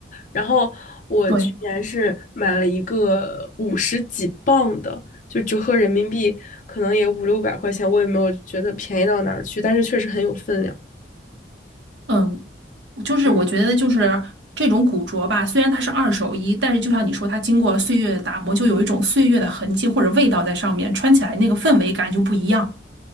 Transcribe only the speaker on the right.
对，
嗯，就是我觉得就是这种古着吧，
虽然它是二手衣，但是就像你说，它经过了岁月的打磨，就有一种岁月的痕迹或者味道在上面，穿起来那个氛围感就不一样。